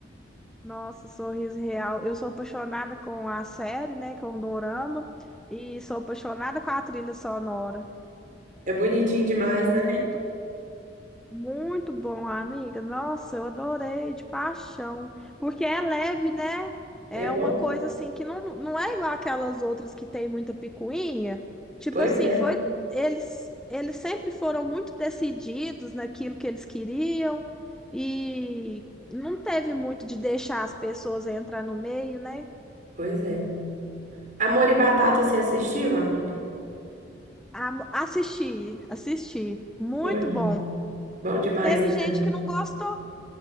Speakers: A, in the centre; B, on the right.
A: Nossa, Sorriso Real. Eu sou apaixonada com a série, né? Com o Dorama. E sou apaixonada com a trilha sonora.
B: É bonitinho demais, né?
A: É muito, muito bom, amiga. Nossa, eu adorei, de paixão. Porque é leve, né?
B: É
A: É
B: bom?
A: uma coisa assim que não, não é igual aquelas outras que tem muita picuinha. Tipo
B: Pois
A: assim,
B: é,
A: foi. Eles, eles sempre foram muito decididos naquilo que eles queriam. E não teve muito de deixar as pessoas entrar no meio, né?
B: pois é. Amor e Batata, você assistiu, amiga?
A: Ah, assisti, assisti. Muito
B: Bom, demais.
A: bom.
B: bom demais
A: Teve
B: também.
A: gente que não gostou.